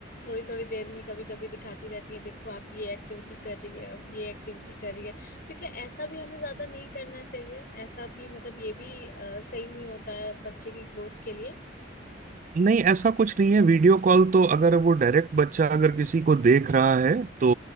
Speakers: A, on the left; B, on the right.
A: थोड़ी थोड़ी देर में कभी कभी दिखाती रहती है देखो आप ये एक्टिविटी कर रही है अब ये एक्टिविटी कर रही है तो क्या ऐसा भी हमें ज्यादा नहीं करना चाहिए ऐसा भी मतलब ये भी अ, सही नहीं होता है बच्चे की ग्रोथ के लिए
B: नहीं ऐसा कुछ नहीं है वीडियो कॉल तो अगर वो डायरेक्ट बच्चा अगर किसी को देख रहा है तो